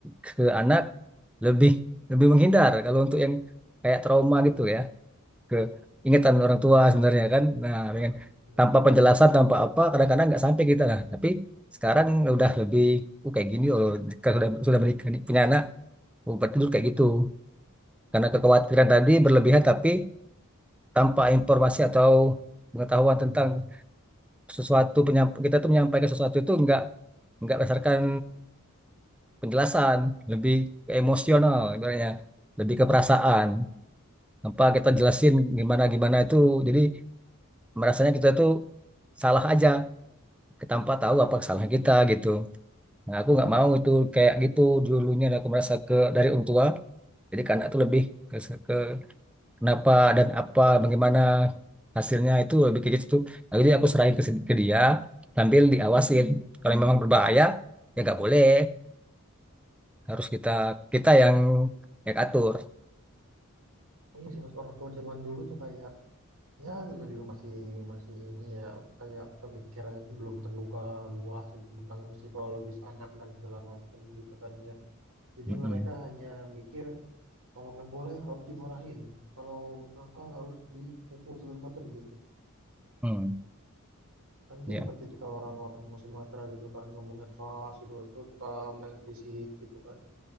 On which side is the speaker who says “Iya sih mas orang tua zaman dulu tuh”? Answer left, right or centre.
Right